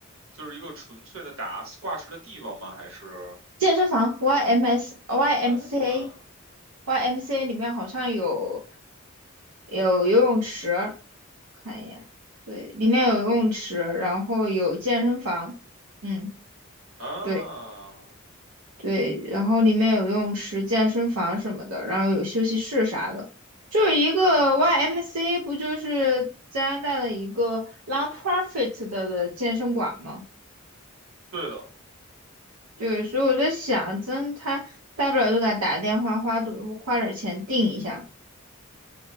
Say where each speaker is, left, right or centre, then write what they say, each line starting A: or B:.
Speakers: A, on the right (about 65°); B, on the right (about 85°).
A: 就是一个纯粹的打挂饰的地方吗？还是？
B: 健身房 YMS YMCA。
A: 啊
B: y m c A 里面好像有有游泳池，看一眼，对，里面有游泳池，然后有健身房，嗯，
A: 啊，
B: 对对，然后里面有游泳池、健身房什么的，然后有休息室啥的，就是一个 y m c A 不就是加拿大的一个 non-profit 的的健身馆吗？
A: 对的，
B: 对，所以我在想，真他大不了就给他打个电话，花多花点钱订一下，